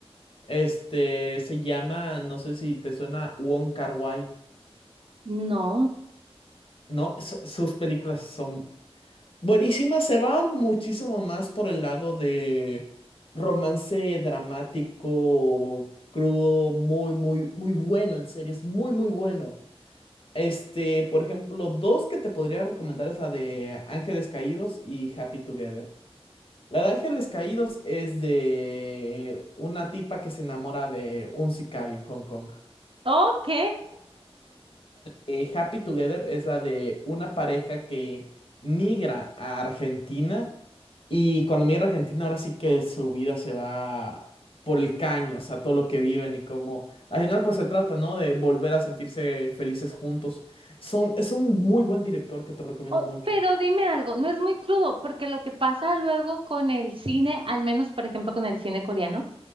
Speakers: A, on the left (about 60°); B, on the right (about 55°).
A: Este se llama, no sé si te suena, Wong Kar-wai.
B: No.
A: No, su- sus películas son Buenísima, se va muchísimo más por el lado de romance dramático, crudo, muy, muy, muy bueno, en serio, es muy, muy bueno. Este, por ejemplo, dos que te podría recomendar es la de Ángeles Caídos y Happy Together. La de Ángeles Caídos es de una tipa que se enamora de un sicario en Hong Kong.
B: Ok.
A: Eh, Happy Together es la de una pareja que migra a Argentina Y cuando me a Argentina, ahora sí que su vida se va por el caño, o sea, todo lo que viven y cómo. Al final, pues se trata, ¿no? De volver a sentirse felices juntos. Son, es un muy buen director que te recomiendo
B: O-
A: mucho.
B: pero dime algo, no es muy crudo, porque lo que pasa luego con el cine, al menos por ejemplo con el cine coreano,